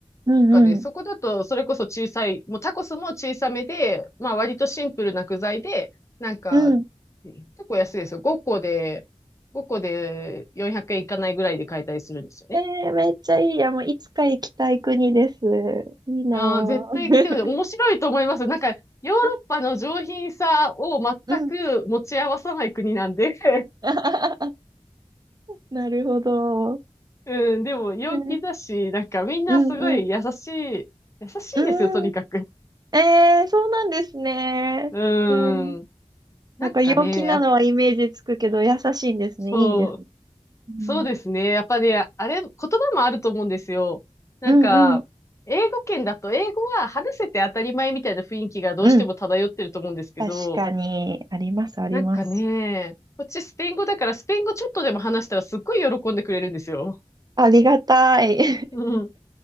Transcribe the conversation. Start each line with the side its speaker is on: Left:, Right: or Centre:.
Right: うんうん。
Left: かね、そこだと、それこそ小さい、もうタコスも小さめで、まあ割とシンプルな具材で、なんか、
Right: うん。
Left: 結構安いですよ。5個で、5個で400円いかないぐらいで買えたりするんですよね。
Right: えー、めっちゃいい。いや、もういつか行きたい国です。いいなぁ。
Left: ああ、絶対来てる。面白いと思います。なんか、ヨーロッパの上品さを全く持ち合わさない国なんで。
Right: <laughs> うん。
Left: <laughs>
Right: <laughs> なるほど。
Left: うん、でも陽気だし、
Right: えー
Left: なんかみんなすごい優しい、
Right: うんうん。
Left: 優しいんですよ、
Right: うん。
Left: とにかく。
Right: えー、そうなんですね。
Left: うん。
Right: うん。
Left: なんかね、
Right: なんか陽気なのはイメージつくけど、
Left: やっぱ、
Right: 優しいんですね。
Left: そう
Right: いいです。うん。
Left: そうですね。やっぱね、あれ、言葉もあると思うんですよ。なんか、
Right: うんうん。
Left: 英語圏だと英語は話せて当たり前みたいな雰囲気がどうしても漂ってると思うんですけど、
Right: うん。確かに、あります、あります。
Left: なんかね、こっちスペイン語だからスペイン語ちょっとでも話したらすっごい喜んでくれるんですよ。
Right: ありがたい。<laughs>
Left: うん。